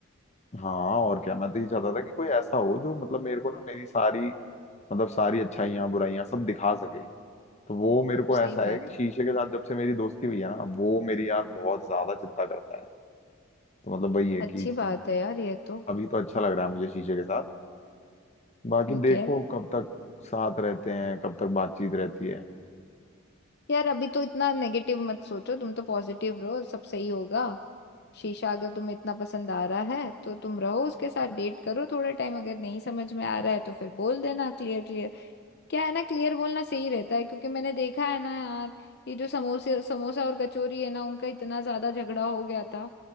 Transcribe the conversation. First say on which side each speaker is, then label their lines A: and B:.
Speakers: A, on the left (about 35°); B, on the left (about 50°).
A: हाँ और क्या मैं तो ये चाहता था कि कोई ऐसा हो जो मतलब मेरे को ना मेरी सारी मतलब सारी अच्छाइयाँ बुराइयाँ सब दिखा सके तो वो मेरे को
B: सही
A: ऐसा
B: बात
A: है कि शीशे
B: है
A: के साथ जब से मेरी दोस्ती हुई है ना वो मेरी यार बहुत ज्यादा चिंता करता है तो मतलब वही है
B: अच्छी
A: कि
B: बात है यार ये तो
A: अभी तो अच्छा लग रहा है मुझे शीशे के साथ बाकी
B: ठीक
A: देखो
B: है
A: कब तक साथ रहते हैं कब तक बातचीत रहती है
B: यार अभी तो इतना नेगेटिव मत सोचो तुम तो पॉजिटिव रहो सब सही होगा शीशा अगर तुम्हें इतना पसंद आ रहा है तो तुम रहो उसके साथ डेट करो थोड़े टाइम अगर नहीं समझ में आ रहा है तो फिर बोल देना क्लियर क्लियर क्या है ना क्लियर बोलना सही रहता है क्योंकि मैंने देखा है ना यार ये जो समोसे समोसा और कचौरी है ना उनका इतना ज्यादा झगड़ा हो गया था